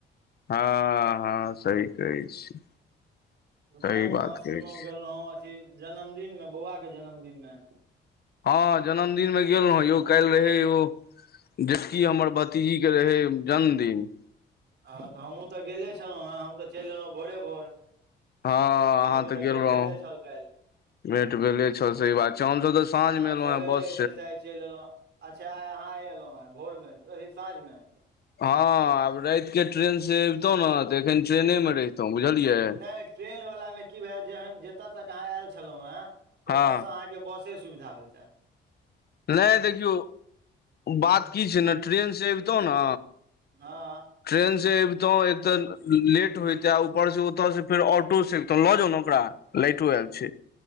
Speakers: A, on the left; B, on the right.
A: हँ हँ सही कहै छी। सही
B: तब अहाँ
A: बात
B: सुनलहुँ
A: कहै छी
B: गेलौ अथी जन्मदिन मे बौआ के जन्मदिन मे
A: हँ जन्मदिन मे गेल रह यौ काल्हि रहै यौ जेटकी हमर ब जी के रहै जन्मदिन।
B: हँ तऽ हमहूँ तऽ गेले छलौ हेँ हम तऽ चलि एलौं भोरे भोर।
A: हँ
B: अपना
A: अहाँ
B: सभके
A: तऽ गेल
B: भेट
A: रहौ।
B: भेले छल काल्हि
A: भेट भेले छौ। सही बात छौ। हमसभ तऽ
B: मुदा
A: साँझ
B: हम
A: मे एलौ
B: सवेरे
A: हँ बस
B: जे छै। से आइ चलि एलहुँ अच्छा आ अहाँ आ एलहु ह भोर मे अथी साँझ मे
A: हँ आब राति के ट्रेन से अबतहुँ ने तऽ एखन ट्रेनेमे रहितहुँ बुझलियै।
B: नहि ट्रेन वलाा मे की भयह जते तक अहा आयल छलौं। हे
A: हँ
B: ओते से अहाँ से बसे सुविधा होइ ता
A: नहि देखियौ बात की छै। ने ट्रेनसँ अबितहु ने
B: हँ
A: ट्रेन से अबतहु एक तऽ लेट होयते ऊपरसँ ओतऽ से फेर ऑटोसँ एबतौ लऽ जाउ ने ओकरा लाटो आल छै।